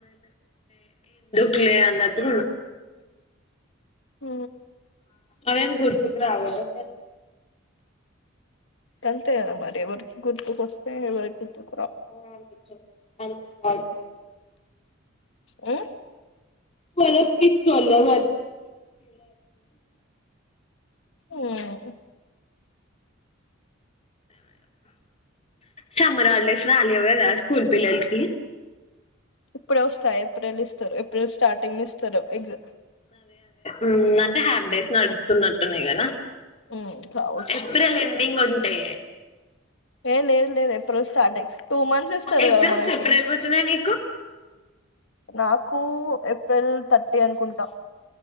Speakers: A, on the left (about 30°); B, on the left (about 65°).
A: క్లే అన్నట్టు
B: ఊ
A: అవేం గుర్తుకురావు గదా
B: గంతే గదా మరి ఎవరికి గుర్తుకొస్తే <unintelligible>
A: <inaudible>
B: ఆ
A: మనం పిచ్చోళ్ళం <inaudible>
B: ఊహూ
A: సమ్మర్ హాలిడేస్ రాలేవు గదా స్కూల్ పిల్లల్కి
B: ఇప్పుడే వస్తాయా ఏప్రిల్ ఇస్తరు ఏప్రిల్ స్టార్టింగ్ ఇస్తరు ఎగ్స్
A: ఉమ్ అంటే హ్యాఫ్ డేస్ నడుస్తున్నట్టున్నాయి కదా
B: ఉమ్ కావచ్చు
A: ఏప్రెల్ ఎండింగ్ ఉంటే
B: ఏ లేదు లేదు ఎప్పుడో స్టార్ట్ అయ్యి టూ మంత్స్ ఇస్తారు
A: ఎగ్జామ్స్
B: కదా మనకి
A: ఎప్పుడైపోతున్నాయి నీకు
B: నాకు ఏప్రిల్ థర్టీ అనుకుంటా